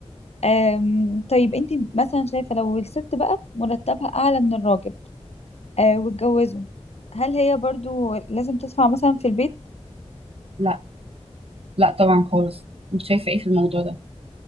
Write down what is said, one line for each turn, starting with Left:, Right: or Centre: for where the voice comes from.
Left: آم، طيب انت مثلا شايفة لو الست بقى مرتبها اعلى من الراجل آه واتجوزوا هل هي برضو لازم تدفع مثلا في البيت
Right: لا لا طبعا خالص مش شايفه ايه في الموضوع ده